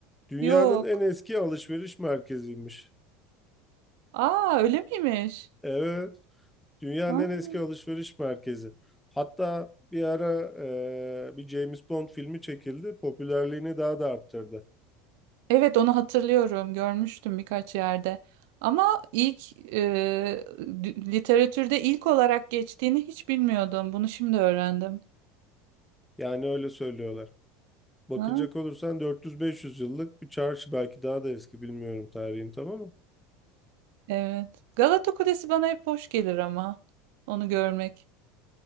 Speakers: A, in the centre; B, on the right (about 75°).
A: Dünyanın
B: Yok.
A: en eski alışveriş merkeziymiş.
B: Aa öyle miymiş?
A: Evet, dünyanın
B: Aa.
A: en eski alışveriş merkezi. Hatta bir ara e, bir James Bond filmi çekildi. Popülerliğini daha da arttırdı.
B: Evet onu hatırlıyorum. Görmüştüm birkaç yerde. Ama ilk e, d- literatürde ilk olarak geçtiğini hiç bilmiyordum. Bunu şimdi öğrendim.
A: Yani öyle söylüyorlar. Bakacak
B: Ha,
A: olursan 400-500 yıllık bir çarşı belki daha da eski bilmiyorum tarihini tam ama.
B: evet. Galata Kulesi bana hep hoş gelir ama onu görmek